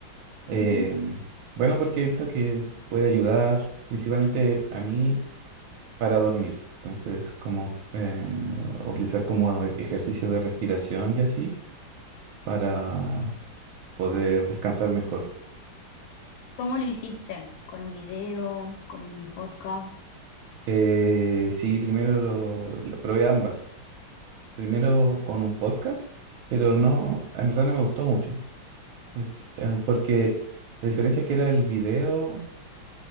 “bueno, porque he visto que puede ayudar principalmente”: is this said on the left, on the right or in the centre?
Right